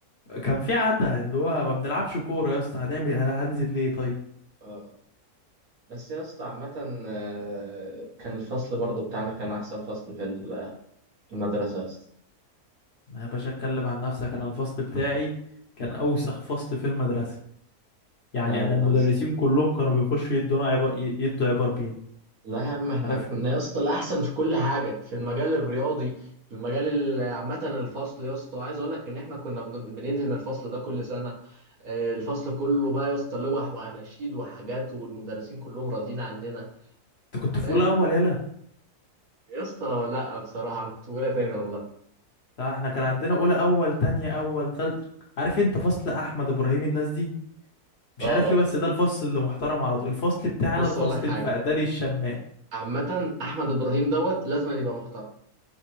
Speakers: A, on the left (about 50°); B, on the right (about 65°).
A: كان في عتا اللي هو ما بنلعبش كوره يا اسطى هنعمل انا هنزل ليه طيب
B: آه. بس يا اسطى عامة آه، كان الفصل برضو بتاعنا كان أحسن فصل في المدرسة يا اسطى
A: يا باشا اتكلم عن نفسك انا الفصل بتاعي كان اوسخ فصل في المدرسه يعني
B: لا والله
A: انا المدرسين
B: يا اسطى
A: كلهم كانوا بيخشوا يدونا عبر يدوا عبر بين
B: لا يا عم احنا
A: عارف
B: كنا يا اسطى الاحسن في كل حاجه في المجال الرياضي في المجال ال- عامه الفصل يا اسطى عايز اقول لك ان احنا كنا بن- بندهن الفصل ده كل سنه آه، الفصل كله بقى يا اسطى لوح واناشيد وحاجات والمدرسين كلهم راضيين عننا
A: انت كنت في
B: فاهم
A: اولى اول يلا
B: يا اسطى لا بصراحه انا كنت بقولها تاني والله
A: لا احنا كان عندنا اولى اول تانية اول تالت عارف انت فصل احمد ابراهيم الناس دي مش
B: اه اه
A: عارف ليه بس ده الفصل اللي محترم على طول الفصل بتاعنا
B: بص
A: الفصل
B: اقول لك حاجه
A: الفقداني الشماء
B: عامه احمد ابراهيم دوت لازم يبقى محترم